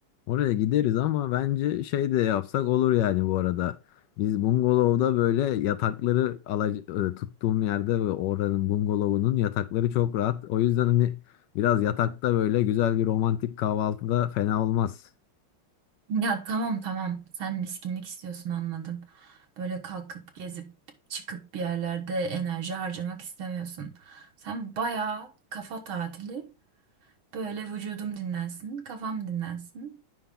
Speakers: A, on the left; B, on the right.
A: oraya gideriz ama bence şey de yapsak olur yani bu arada. Biz bungalovda böyle yatakları alac- e, tuttuğum yerde ve oranın bungalovunun yatakları çok rahat. O yüzden hani biraz yatakta böyle güzel bir romantik kahvaltıda fena olmaz.
B: Ya tamam tamam sen miskinlik istiyorsun anladım. Böyle kalkıp gezip çıkıp bir yerlerde enerji harcamak istemiyorsun. Sen bayağı kafa tatili böyle vücudum dinlensin kafam dinlensin.